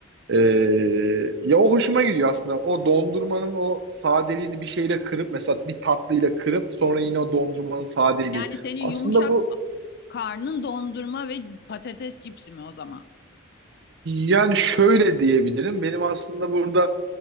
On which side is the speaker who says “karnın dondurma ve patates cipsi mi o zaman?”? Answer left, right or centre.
Left